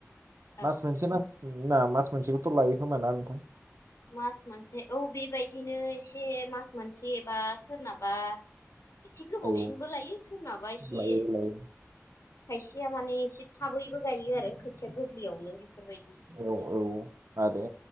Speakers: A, on the left; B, on the right.
A: औ
B: मास मोनसे मा ना मास मोनसेखौथ' लायो खोमाना नोंथां
A: मास मोनसे औ बेबायदिनो एसे मास मोनसेबा सोरनाबा एसे गोबावसिनबो
B: औ
A: लायो सोरनाबा एसे
B: लायो
A: खायसेया
B: लायो
A: माने एसे थाबैबो गायो आरो खोथिया गोरलैयावनो बेफोरबायदि
B: औ औ आरो